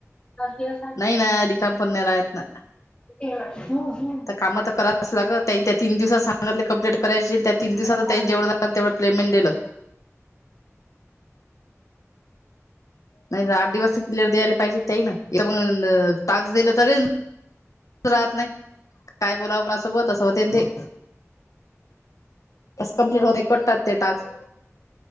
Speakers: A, on the left; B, on the left.
A: नाही,
B: ना रिकाम पण नाही राहत ना.
A: प
B: तर काम तर करायच लाग त्याीन दिवसात सांगत कंप्लीट करायची त्या तन दिवसात
A: मग
B: जेवढं झालं तेवढं प्मेट दिलं नाही आठ दिवस क्लअर द्यायला पाहिजे ते ना मग तास दिलं तरी राहत नाही काय बोलावं कोणासोबत असं होते ते कमप्लीट होत कतात ते टास्क